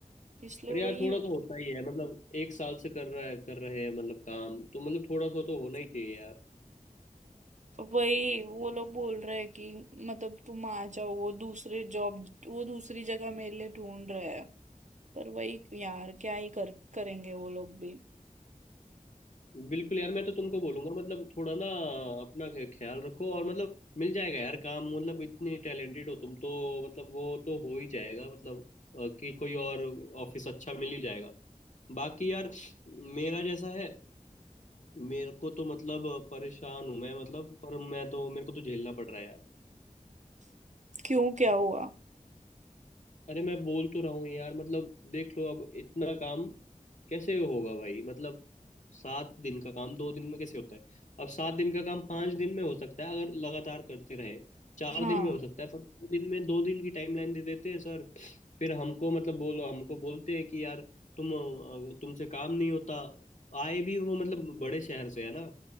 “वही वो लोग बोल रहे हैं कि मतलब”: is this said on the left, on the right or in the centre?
Right